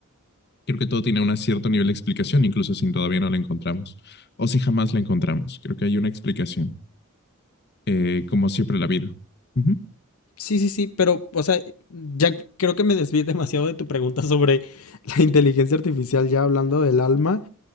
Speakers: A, on the left; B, on the left.
A: creo que todo tiene un cierto nivel de explicación, incluso si todavía no la encontramos o si jamás la encontramos. Creo que hay una explicación. eh, como siempre la vida. Ujú.
B: Sí, sí, sí, pero, o sea, ya creo que me desvié demasiado de tu pregunta sobre <laughs> la inteligencia artificial, ya hablando del alma,